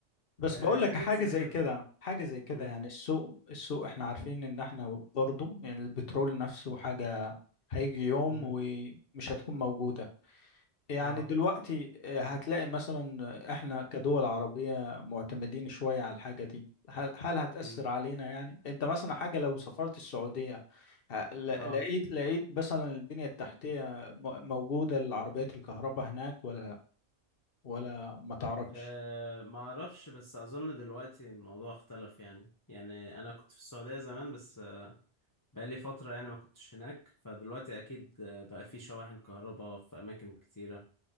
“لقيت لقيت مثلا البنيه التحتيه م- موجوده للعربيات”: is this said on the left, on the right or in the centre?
Left